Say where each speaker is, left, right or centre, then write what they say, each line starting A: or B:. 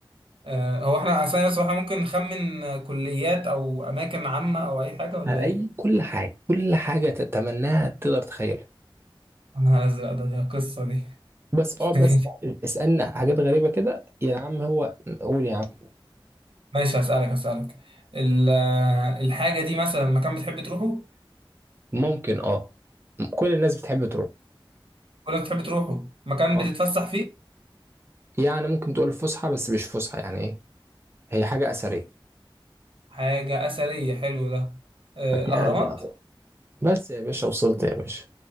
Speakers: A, on the right; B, on the right.
A: أه هو احنا أصلا بس احنا ممكن نخمن آه، كليات أو أماكن عامة أو أي حاجة ولا
B: اي
A: إيه؟
B: كل حاجة كل حاجة تتمناها تقدر تخيلها
A: أنا هنزل أدب القصة دي
B: بس اقعد
A: <laughs>
B: بس اسألنا حاجات غريبة كده يا عم هو قول يا عم
A: ماشي هسألك هسألك ال- الحاجة دي مثلا مكان بتحب تروحه
B: ممكن اه كل الناس بتحب تروح
A: ولا بتحب تروحه مكان
B: اه
A: بتتفسح فيه
B: يعني ممكن تقول فسحة بس مش فسحة يعني ايه هي حاجة أثرية
A: حاجة أثرية حلو ده آه، الأهرامات
B: قاعد بقى. بس يا باشا وصلت يا باشا